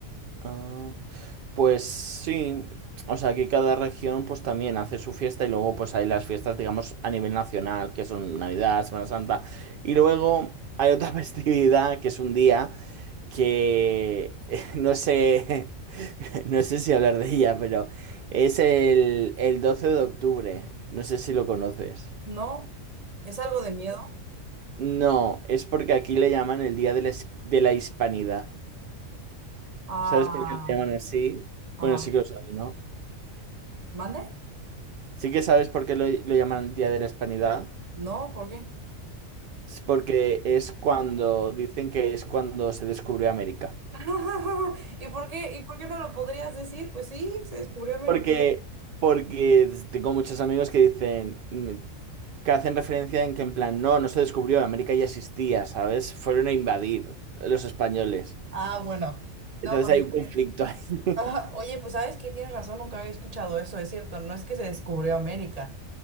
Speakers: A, on the right; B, on the right.
A: Ah, pues sí, o sea, que cada región pues también hace su fiesta y luego pues hay las fiestas, digamos, a nivel nacional, que son Navidad, Semana Santa, y luego hay otra <laughs> festividad que es un día que <laughs> no sé, <laughs> no sé si hablar de ella, pero es el, el 12 de octubre, no sé si lo conoces.
B: No, es algo de miedo.
A: No, es porque aquí le llaman el Día de la, His- de la Hispanidad.
B: Ah,
A: ¿Sabes por qué le llaman así?
B: ajá.
A: Bueno, sí que lo sabes, ¿no?
B: ¿Mande?
A: Sí que sabes por qué lo, lo llaman el Día de la Hispanidad.
B: No, ¿por qué?
A: Es porque es cuando, dicen que es cuando se descubrió América.
B: <laughs> ¿Y por qué, y por qué no lo podrías decir? Pues sí, se descubrió América.
A: Porque, porque tengo muchos amigos que dicen, mm, que hacen referencia en que en plan, no, no se descubrió, América ya existía, ¿sabes? Fueron a invadir los españoles.
B: Ah, bueno. No,
A: Entonces
B: bueno.
A: hay un
B: ok.
A: conflicto ahí. <laughs>
B: Ah, oye, pues sabes que tienes razón, nunca había escuchado eso, es cierto, no es que se descubrió América.